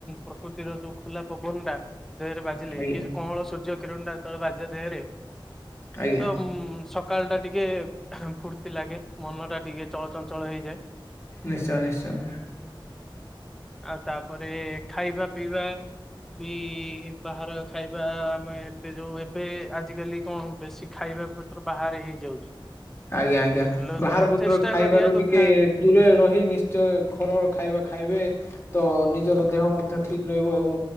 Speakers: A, in the centre; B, on the left.
A: ପ୍ରକୃତିର ଯୋଉ ଖୋଲା ପବନ ଟା ଦେହେରେ ବାଜିଲେ
B: ଆଜ୍ଞା
A: ଯୋ କଁଅଳ ସୂର୍ଯ୍ୟ କିରଣଟା ଯେତୋବେଳେ ବାଜେ ଦେହେରେ।
B: ଆଜ୍ଞା
A: ତ ଉଁ ସକାଳ ଟା ଟି କେ ଫୁର୍ତ୍ତି ଲାଗେ। ମନ ଟା ଟିକେ ଚଳଚଞ୍ଚଳ ହେଇଯାଏ।
B: ନିଶ୍ଚୟ ନିଶ୍ଚୟ।
A: ଆଉ ତାପରେ ଖାଇବା ପିଇବା ବି ବାହାର ଖାଇବା ଆମେ ଏତେ ଯୋଉ ଏବେ ଆଜିକାଲି କଣ ବେଶୀ ଖାଇବା ପତ୍ର ବାହାରେ ହେଇଯାଉଛି।
B: ଆଜ୍ଞା ଆଜ୍ଞା
A: ଲୋ
B: ବାହାର
A: ତ
B: ପତ୍ର
A: ଚେଷ୍ଟା
B: ଖାଇବାରୁ
A: କରିବା କଥା
B: ଟିକେ ଦୂରରେ ରହି। ନିଶ୍ଚୟ ଘରର ଖାଇବା ଖାଇବେ ତ ନିଜର ଦେହ ମଧ୍ୟ ଠିକ ରହିବ ଏବଂ